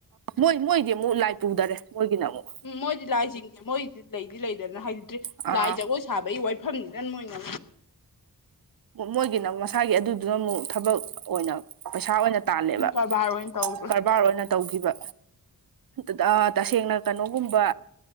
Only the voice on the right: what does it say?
ꯃꯣꯏ ꯃꯣꯏꯗꯤ ꯑꯃꯨꯛ ꯂꯥꯏ ꯄꯨꯗꯔꯦ ꯃꯣꯏꯒꯤꯅ ꯑꯃꯨꯛ꯫
ꯑ
ꯎꯝ ꯃꯣꯏꯒꯤꯅ ꯃꯁꯥꯒꯤ ꯑꯗꯨꯗꯨꯅ ꯑꯃꯨꯛ ꯊꯕꯛ ꯑꯣꯏꯅ ꯄꯩꯁꯥ ꯑꯣꯏꯅ ꯇꯥꯜꯂꯦꯕ
ꯀꯔꯕꯥꯔ ꯑꯣꯏꯅ ꯇꯧꯈꯤꯕ꯫ ꯇ ꯑꯥ ꯇꯁꯦꯡꯅ ꯀꯩꯅꯣꯒꯨꯝꯕ